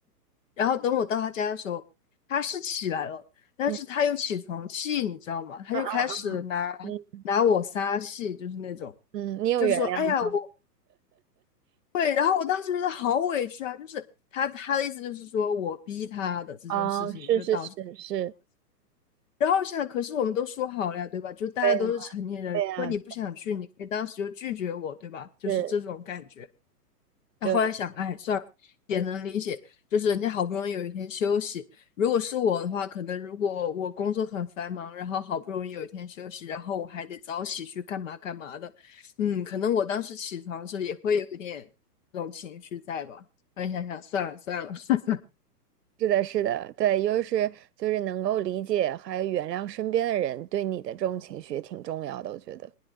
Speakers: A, on the left (about 50°); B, on the right (about 80°).
A: 然后等我到他家的时候，他是起来了，但是他又起床气，
B: 嗯
A: 你知道吗？他就开始拿拿我撒气，
B: 啊啊嗯
A: 就是那种，
B: 嗯，你有原谅吗？
A: 就是说，哎呀，我会，然后我当时觉得好委屈啊，就是他他的意思就是说我逼他的这件事情就导致。
B: 啊，是是是是，
A: 然后想，可是我们都说好了呀，对吧？就大家都是成年人，
B: 对。对呀，
A: 如果你不想去，你可以当时就拒绝我，对吧？就是这种感觉。
B: 是，
A: 那后来想，
B: 对，
A: 哎，算了，也能理解，就是人家好不容易有一天休息。如果是我的话，可能如果我工作很繁忙，然后好不容易有一天休息，然后我还得早起去干嘛干嘛的，嗯，可能我当时起床的时候也会有一点这种情绪在吧。然后你想想，算了算了，<laughs>
B: 是的，是的，对，又是就是能够理解还有原谅身边的人对你的这种情绪也挺重要的，我觉得。